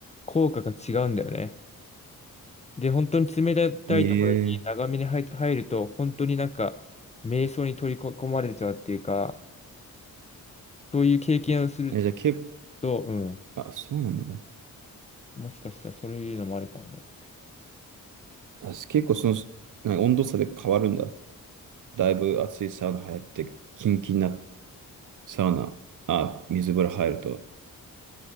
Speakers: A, on the left; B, on the right.
A: 効果が違うんだよね。で、本当に冷たいところに長めに入入ると、
B: うん。ええ
A: 本当になんか、瞑想に取り込まれちゃうっていうか、そういう経験をする
B: え、じゃあ結
A: と、うん、
B: 構、あ、そうなんだ。
A: もしかしたらそういうのもあるかもね。
B: あ、結構その、何、温度差で変わるんだ。だいぶ暑いサウナ入って、キンキンなサウナ、あ、水風呂入ると。